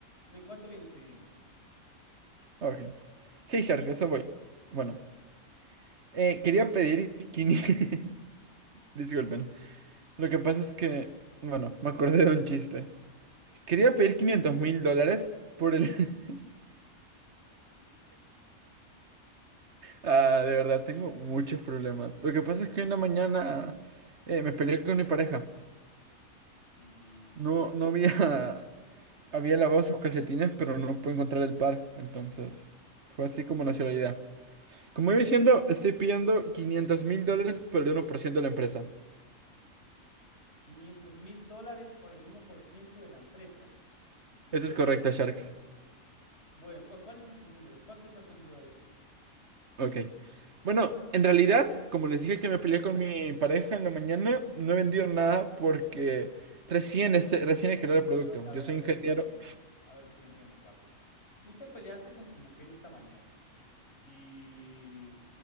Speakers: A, on the left (about 50°); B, on the right (about 55°).
A: Bueno, ¿y cuánto vienes pidiendo?
B: Ok. Sí, Charles, eso voy. Bueno, eh, quería pedir 500... <laughs> Disculpen. Lo que pasa es que, bueno, me acordé de un chiste. Quería pedir quinientos mil dólares por el... <laughs> Ah, de verdad, tengo muchos problemas. Lo que pasa es que en la mañana eh, me peleé con mi pareja.
A: Mm,
B: No, no había... había lavado sus calcetines, pero no pude encontrar el par. Entonces, fue así como nació la idea. Como iba diciendo, estoy pidiendo quinientos mil dólares por el uno por ciento de la empresa.
A: 500 mil dólares por el uno por ciento de la empresa. Mm,
B: Eso es correcto, Sharks.
A: bueno, ¿cu- cuáles son tus números? ¿Cuántos has vendido de este?
B: Ok. Bueno, en realidad, como les dije que me peleé con mi pareja en la mañana, no he vendido nada porque recién, este, recién he creado el producto.
A: A ver, a
B: Yo
A: ver,
B: soy
A: a ver
B: ingeniero.
A: si te entiendo. A ver si te entiendo, cuate. Tú te peleaste con tu mujer esta mañana y...